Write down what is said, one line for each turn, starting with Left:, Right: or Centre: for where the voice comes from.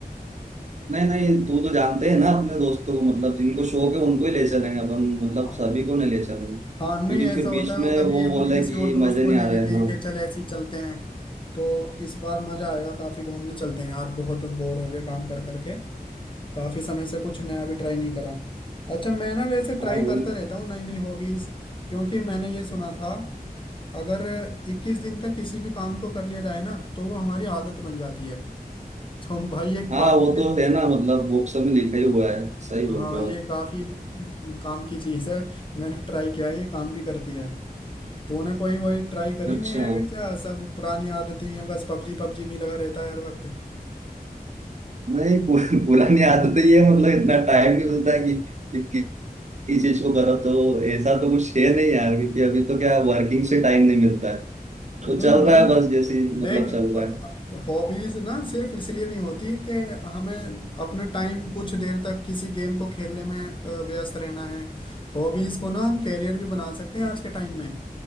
Right: नहीं नहीं तू तो जानते हैं ना अपने दोस्तों को मतलब जिनको शौक है उनको ही ले चलेंगे अपन मतलब
Left: है
Right: सभी को नहीं ले चलेंगे क्योंकि
Left: हाँ नहीं ऐसा
Right: फिर
Left: होता
Right: बीच
Left: है
Right: में
Left: वो कभी
Right: वो
Left: अपने
Right: बोले
Left: किसी
Right: कि
Left: और दोस्त
Right: मजे
Left: को
Right: नहीं
Left: ले
Right: आ
Left: लेते
Right: रहे हैं
Left: हैं
Right: हाँ
Left: कि चल ऐसे ही चलते हैं तो इस बार मजा आएगा काफी घूमने चलते हैं यार बहुत बोर हो गए काम कर करके काफी समय से कुछ नया भी ट्राई नहीं करा अच्छा मैं ना वैसे ट्राई
Right: हाँ वो
Left: करता रहता हूँ नई नई हॉबीज क्योंकि मैंने ये सुना था अगर 21 दिन तक किसी भी काम को कर लिया जाए ना तो वो हमारी आदत बन जाती है तो भाई एक
Right: हाँ
Left: वाकई
Right: वो
Left: में
Right: तो है ना मतलब बुक्स में लिखा ही हुआ है सही
Left: हाँ
Right: बोल रहे हो
Left: ये काफी काम की चीज है मैंने ट्राई किया है ये काम भी करती है तूने कोई वही ट्राई करी
Right: अच्छा
Left: नहीं हैबिट क्या सब पुरानी आदतें ही हैं बस पबजी पबजी में ही लगा रहता है हर वक्त
Right: नहीं पु- पुरानी आदत ही है मतलब इतना टाइम नहीं मिलता कि कि कि- किस चीज को करो तो ऐसा तो कुछ है नहीं यार क्योंकि अभी तो क्या वर्किंग से टाइम नहीं मिलता है
Left: नहीं
Right: तो चल
Left: भाई
Right: रहा है बस जैसे मतलब
Left: देख
Right: चल रहा है
Left: हॉबीज ना सिर्फ इसलिए नहीं होती कि हमें अपना टाइम कुछ देर तक किसी गेम को खेलने में अ, व्यस्त रहना है हॉबीज को ना हम कैरियर भी बना सकते हैं आज के टाइम में